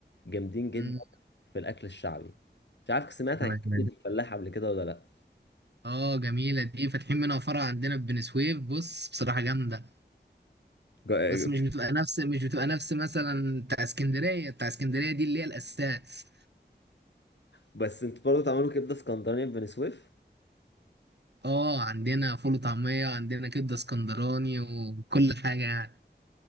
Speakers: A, on the left; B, on the right.
A: جامدين
B: <laughs>
A: جدا
B: أمم،
A: في الأكل الشعبي مش عارف سمعت
B: أيوة،
A: عن كبدة
B: أيوة.
A: الفلاح قبل كده ولا لأ
B: اه جميله دي فاتحين منها فرع عندنا في بني سويف بص بصراحه جامده
A: جا-
B: بس مش بتبقى نفس مش بتبقى نفس مثلا بتاع اسكندريه بتاع اسكندريه دي اللي هي الاساس
A: بس انت برضو تعملوا كبدة اسكندرانية في بني سويف
B: اه عندنا فول وطعميه عندنا كبده اسكندراني وكل حاجه يعني